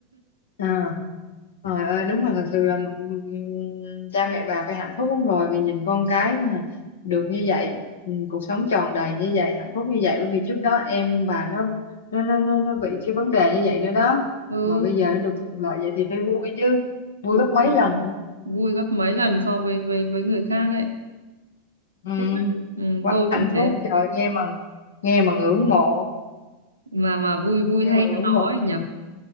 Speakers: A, on the left; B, on the right.
A: à trời ơi đúng là thật sự là ừm, cha mẹ bà phải hạnh phúc lắm rồi vì nhìn con cái mà được như vậy ừm, cuộc sống tròn đầy như vậy hạnh phúc như vậy bởi vì trước đó em bà nó nó nó nó, nó bị cái vấn đề như vậy nữa đó
B: ừ
A: mà bây giờ nó được thuận lợi vậy thì phải vui chứ vui
B: đúng
A: gấp mấy
B: rồi.
A: lần
B: vui gấp mấy lần so với với với người khác ấy
A: Ừm,
B: thích lắm ừ,
A: quá
B: tôi
A: hạnh
B: cũng thế
A: phúc trời ơi, nghe mà nghe mà ngưỡng mộ
B: mà mà vui vui
A: nghe
B: thay
A: mà ngưỡng
B: cho nó
A: mộ
B: ấy nhỉ